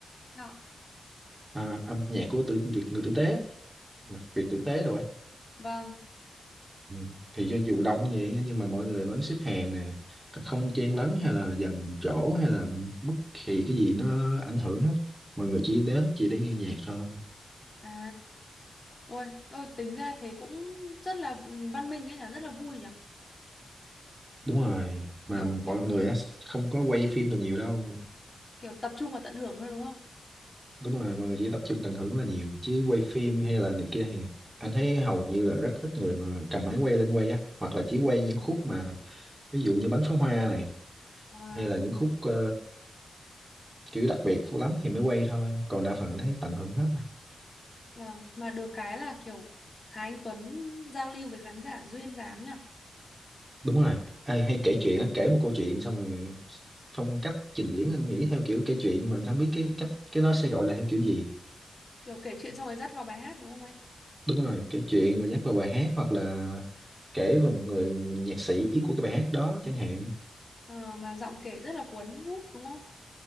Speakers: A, on the left; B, on the right.
A: đó.
B: à, âm nhạc của tử, Việt người tử tế Việt tử tế rồi ấy.
A: vâng
B: ừ. thì cho dù đông như vậy nhưng mà mọi người vẫn xếp hàng nè không chen lấn hay là giành chỗ hay là bất kỳ cái gì nó ảnh hưởng hết mọi người chỉ đến chỉ để nghe nhạc thôi
A: à ôi tôi tính ra thế cũng rất là ừ, văn minh ấy nhỉ rất là vui nhỉ
B: đúng rồi mà
A: kiểu
B: mọi
A: kiểu
B: người á, không có quay phim đồ nhiều đâu
A: kiểu tập trung và tận hưởng thôi đúng không?
B: đúng rồi mọi người chỉ tập trung tận hưởng là nhiều chứ quay phim hay là này kia thì anh thấy hầu như là rất ít người mà cầm máy quay lên quay á hoặc là chỉ quay những khúc mà ví dụ như bắn pháo hoa này
A: À,
B: hay là những khúc ờ, kiểu đặc biệt lắm thì mới quay thôi còn đa phần anh thấy tận hưởng hết à
A: vâng, mà được cái là kiểu Hà Anh Tuấn giao lưu với khán giả duyên dáng nhỉ?
B: đúng rồi ai hay kể chuyện á kể một câu chuyện xong rồi phong cách trình diễn anh nghĩ theo kiểu kể chuyện nhưng mà anh không biết cái cách cái đó sẽ gọi là theo kiểu gì
A: Kiểu kể chuyện xong rồi dắt vào bài hát đúng không ấy?
B: đúng rồi kể chuyện rồi nhắc vào bài hát hoặc là kể về một người nhạc sĩ của cái bài hát đó chẳng hạn
A: Ờ, mà giọng kể rất là cuốn hút đúng không?